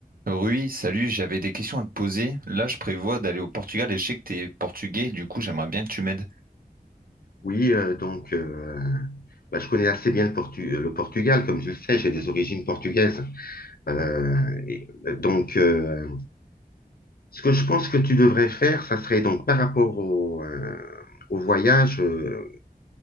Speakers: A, on the right; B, on the left.
A: Rui, salut, j'avais des questions à te poser. Là, je prévois d'aller au Portugal et je sais que t'es portugais, du coup, j'aimerais bien que tu m'aides.
B: Oui, euh, donc euh, bah, je connais assez bien le, Portu- le Portugal, comme tu le sais, j'ai des origines portugaises. Euh, et, euh, donc, euh, ce que je pense que tu devrais faire, ça serait donc par rapport au, euh, au voyage, euh,